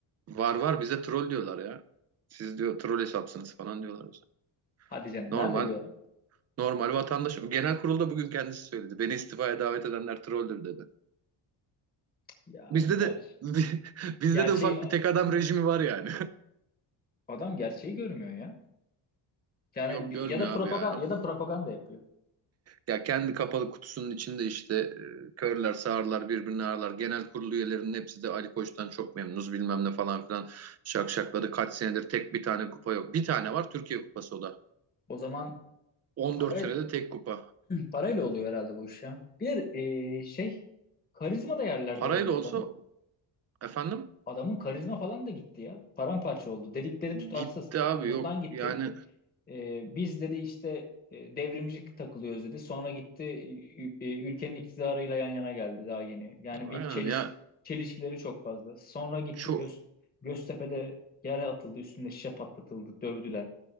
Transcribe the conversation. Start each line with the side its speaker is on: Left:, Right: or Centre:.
Right: var var bize troll diyorlar ya. Siz diyor troll hesapsınız falan diyorlar bize.
Left: Hadi canım
Right: Normal
Left: nerede diyorlar?
Right: normal vatandaşım. Genel kurulda bugün kendisi söyledi. Beni istifaya davet edenler trolldür dedi.
Left: Ya
Right: Bizde
Left: ger
Right: de <laughs> bizde
Left: gerçeği
Right: de ufak bir tek adam rejimi var yani.
Left: adam gerçeği görmüyor ya. Yani
Right: <laughs> Yok
Left: bir-
Right: görmüyor
Left: ya da propaganda
Right: abi ya.
Left: ya da propaganda yapıyor.
Right: Ya kendi kapalı kutusunun içinde işte e, körler, sağırlar, birbirini ağırlar. Genel kurulu üyelerinin hepsi de Ali Koç'tan çok memnunuz bilmem ne falan filan şakşakladı. Kaç senedir tek bir tane kupa yok. Bir tane var Türkiye Kupası o da.
Left: O zaman
Right: 14
Left: para
Right: senede tek kupa.
Left: parayla oluyor herhalde bu iş ya. Bir e, şey karizma da yerlerde
Right: Parayla
Left: oldu
Right: olsa
Left: adamın.
Right: efendim
Left: Adamın karizma falan da gitti ya. Paramparça oldu. Dedikleri tutarsız.
Right: gitti
Left: Bundan
Right: abi yok.
Left: gitti.
Right: Yani
Left: E, biz dedi işte e, devrimci takılıyoruz dedi. Sonra gitti e, e, ülkenin iktidarıyla yan yana geldi daha yeni. Yani
Right: aynen
Left: bir çeliş
Right: ya
Left: çelişkileri çok fazla. Sonra gitti
Right: çok
Left: Göz, Göztepe'de yere atıldı, üstünde şişe patlatıldı, dövdüler,